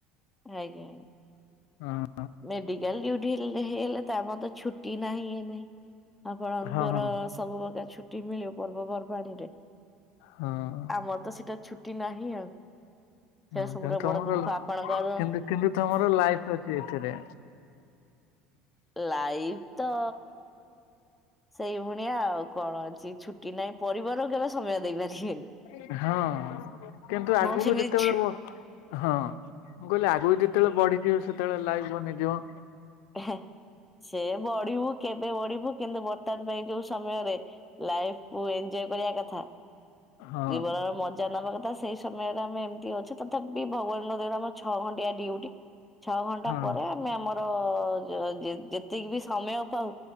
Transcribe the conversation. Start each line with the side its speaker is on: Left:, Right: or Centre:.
Centre: ଆଜ୍ଞା।
Left: ହଁ।
Centre: ମେଡିକାଲ ଡଉଟି ହେଲେ ହେଇଗଲେ ତା ପରେ ତ ଛୁଟି ନାହିଁ ଇଏ ନାହିଁ। ଆପଣଙ୍କର
Left: ହଁ ହଁ
Centre: ସବୁ ପ୍ରକାର ଛୁଟି ମିଳିବ ପର୍ବପର୍ବାଣିୀ ରେ
Left: ହଁ
Centre: ଆମର ତ ସେଟା ଛୁଟି ନାହିଁ ଆଉ। ସେଟା
Left: ହୁଁ
Centre: ସବୁଠୁ
Left: କିନ୍ତୁ
Centre: ବଡ
Left: ତମର
Centre: ଦୁଃଖ ଆପଣଙ୍କର
Left: କିନ୍ତୁ-କିନ୍ତୁ ତମର ଲାଇଫ ଅଛି ଏଥିରେ।
Centre: ଲାଇଫ୍ ତ ସେଇ ଭଣିଆ ଆଉ କଣ ଅଛି ଛୁ କି ନାଇଁ ପରିବାର କେବେ ସମୟ ଦେଇପାରିବେନି।
Left: ହଁ। କିନ୍ତୁ ଆଗୁକୁ
Centre: ମୁଁ ସେମିତି
Left: ଯେତେବେଳେ ବ ହଁ ମୁଁ କହିଲି ଆଗକୁ ଯେତେବେଳେ ବଢ଼ିଥିବ ସେ ସେତେଳେ ଲାଇଭ୍ ବନେଇଦିଉଁ।
Centre: <unintelligible> ସେ ବଢ଼ି ବୁ କେବେ ବଢ଼ିବୁ କିନ୍ତୁ ବର୍ତ୍ତମାନ ପାଇଁ ଯୋଉ ସମୟରେ ଲାଇଫ୍ କୁୁ ଏଞ୍ଜୟ କରିବା କଥା।
Left: ହଁ।
Centre: ଜୀବନର ମଜା ନବା କଥା ସେଇ ସମୟରେ ଆମେ ଏମତି ଅଛୁ ତଥାପି ଭଗବାନଙ୍କ ଦୟାରେ ଆମ ଛଅ ଘଣ୍ଟିଆ ଡିଉଟି ଛଅ ଘଣ୍ଟା
Left: ହଁ
Centre: ପରେ ଆମେ ଆମର ଯ ଯ ଜେଦ୍ ଯେତିକି ବି ସମୟ ପାଉ